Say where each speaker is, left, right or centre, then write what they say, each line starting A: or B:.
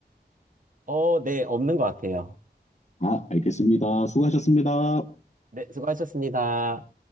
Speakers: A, on the right; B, on the left.
A: 어, 네, 없는 것 같아요.
B: 아, 알겠습니다. 수고하셨습니다.
A: 네, 수고하셨습니다.